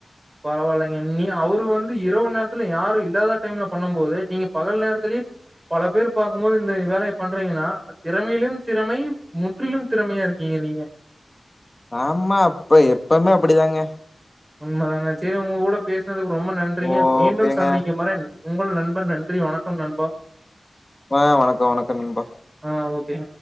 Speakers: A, on the right; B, on the left.
A: பரவாயில்லைங்க நீ அவரு வந்து இரவு நேரத்துல யாரும் இல்லாத டைம்ல பண்ணும்போது நீங்க பகல் நேரத்திலேயே பல பேர் பார்க்கும் போது இந்த வேலையை பண்றீங்கன்னா திறமையிலும் திறமை முற்றிலும் திறமையா இருக்கீங்க நீங்க
B: ஆமா அப்ப எப்பவுமே அப்டிதாங்க
A: உண்மை தாங்க சரி உங்க கூட பேசுனதுக்கு ரொம்ப நன்றிங்க
B: ஓகேங்க
A: மீண்டும் சந்திக்கும் வரை உங்கள் நன் நன்றி வணக்கம் நண்பா
B: ஆஹ் வணக்கம் வணக்கம் நண்பா
A: ஆ ஓகேங்க